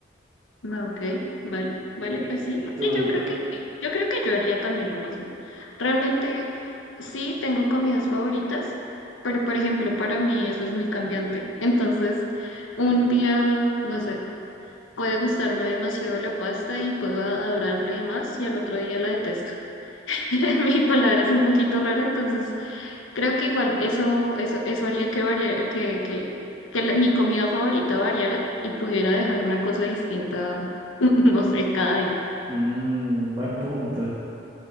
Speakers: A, on the left; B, on the right.
A: No, ok, vale, vale,
B: ¿Y,
A: pues sí,
B: y tú,
A: sí, yo
B: y tú?
A: creo que, eh, yo creo que yo haría también lo mismo. Realmente sí tengo comidas favoritas, pero por ejemplo para mí eso es muy cambiante. <laughs> Entonces, un día, no sé, puede gustarme demasiado la pasta y puedo adorarle más y al otro día la detesto. <laughs> Mi palabra es un poquito rara, entonces Creo que igual eso, eso, eso haría que, variara, que, que, que la- mi comida favorita variara y pudiera dejar una cosa distinta, <laughs> no sé, cada día.
B: Mm, buen punto.